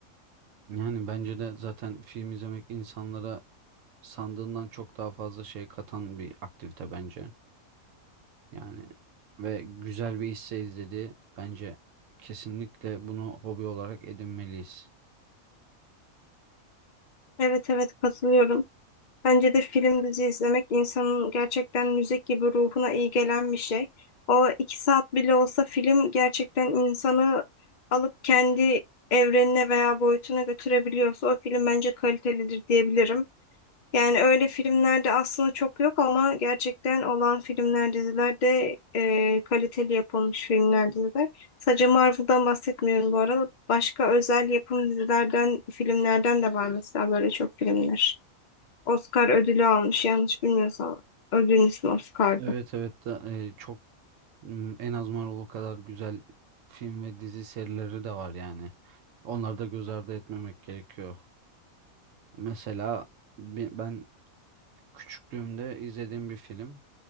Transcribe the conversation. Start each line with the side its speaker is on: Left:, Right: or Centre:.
Right: Yani bence de zaten film izlemek insanlara sandığından çok daha fazla şey katan bir aktivite bence. Yani ve güzel bir hisse izledi. Bence kesinlikle bunu hobi olarak edinmeliyiz.
Left: Evet evet katılıyorum. Bence de film, dizi izlemek insanın gerçekten müzik gibi ruhuna iyi gelen bir şey. O iki saat bile olsa film gerçekten insanı alıp kendi evrenine veya boyutuna götürebiliyorsa o film bence kalitelidir diyebilirim. Yani öyle filmlerde aslında çok yok ama gerçekten olan filmler, diziler de e, kaliteli yapılmış filmler, diziler. Sadece Marvel'dan bahsetmiyorum bu arada. Başka özel yapım dizilerden, filmlerden de var mesela böyle çok filmler. Oscar ödülü almış yanlış bilmiyorsam. Ödülün ismi Oscar'dı.
Right: Evet evet da, e, çok m, en az Marvel kadar güzel film ve dizi serileri de var yani. Onları da göz ardı etmemek gerekiyor. Mesela bi- ben küçüklüğümde izlediğim bir film